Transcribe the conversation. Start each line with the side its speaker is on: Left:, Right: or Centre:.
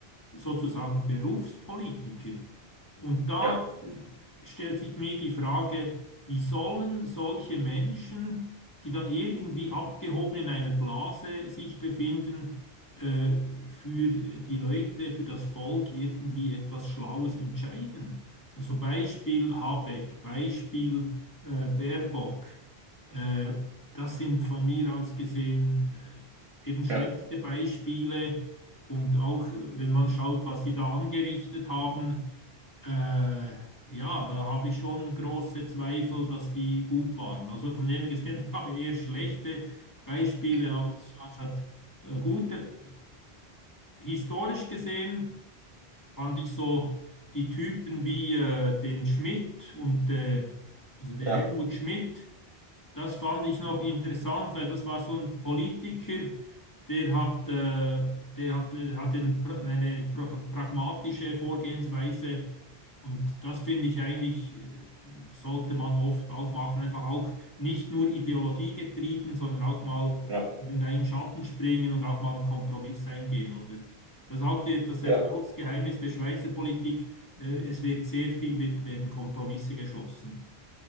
Left: sozusagen Berufspolitiker. Und da
Right: Ja,
Left: äh, stellt sich mir die Frage, wie sollen solche Menschen, die dann irgendwie abgehoben in einer Blase sich befinden, äh, für die Leute, für das Volk irgendwie etwas Schlaues entscheiden? Also Beispiel Habeck, Beispiel äh, Baerbock. Äh, das sind von mir aus gesehen äh, eben schlechte
Right: ja.
Left: Beispiele und auch wenn man schaut, was sie da angerichtet haben, äh, ja, da habe ich schon große Zweifel, dass die gut waren. Also von dem her gesehen, <laughs> ich habe eher schlechte Beispiele
Right: Mhm.
Left: ans- anstatt äh, gute. Äh, historisch gesehen fand ich so die Typen wie äh, den Schmidt und äh, also den
Right: Ja.
Left: Helmut Schmidt. Das fand ich noch interessant, weil das war so ein Politiker, der hat, äh, der hat, äh, hat den, pra- eine pra- pragmatische Vorgehensweise und das finde ich eigentlich, äh, sollte man oft auch machen. Einfach auch nicht nur Ideologie getrieben, sondern auch mal
Right: Ja,
Left: über einen Schatten springen und auch mal einen Kompromiss eingehen, oder? Das ist auch die, das
Right: ja,
Left: Erfolgsgeheimnis der Schweizer Politik. Äh, es wird sehr viel, wird, werden Kompromisse geschlossen.